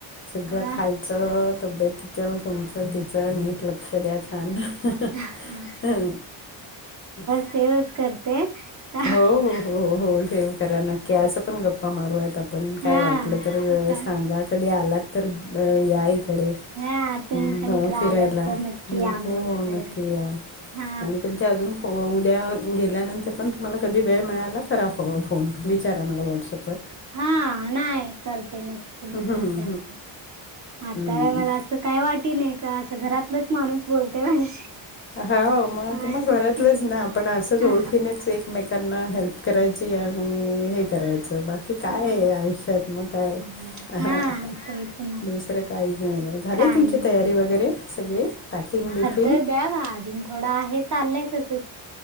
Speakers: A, on the left (about 30°); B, on the right (about 35°).
A: सगळं
B: हा
A: खायचं, तब्येतचं, तुमचं, तिचं, नीट लक्ष द्याय छ
B: हा
A: ह <unintelligible>
B: सेवच करते. हा
A: हो हो हो हो सेव करा नक्की असं पण गप्पा मारू यात आप पण काय
B: हा
A: वाटलं तर
B: का
A: सांगा कधी आलात तर या इकडे.
B: हा तुम्ही
A: हम्म,
B: पण
A: भा
B: इकडं
A: फिरायला
B: आलात तर नक्की या म्हण
A: हो
B: आमच्या
A: नक्की
B: घरी
A: या.
B: हा
A: आणि तुमच्या अजून उद्या गेल्यानंतर पण तुम्हाला कधी वेळ मिळाला करा फोन विचारा मला व्हॉट्सअप वर.
B: हा नाही करते नक्की, नक्की
A: हम्म
B: करते. आता
A: हम्म
B: मला असं काय वाटी नाही का असं घरातलंच माणूस बोलते माझ्याशी
A: हो मग,
B: असंच
A: मग घरातलंच
B: फील होत
A: ना आपण असंच
B: हा
A: ओळखीनेच एकमेकांना हेल्प करायची आणि हे करायचं बाकी
B: हा
A: काय आहे आयुष्यात मग काय
B: नाही हा
A: ह
B: तेच ना
A: दुसरं काहीच नाही, झाली
B: काय
A: तुमची
B: नाही
A: तयारी वगैरे सगळी पॅकिंगी, बिकिग?
B: तर बॅघा अजून थोडं आहे चाललंय तसंच.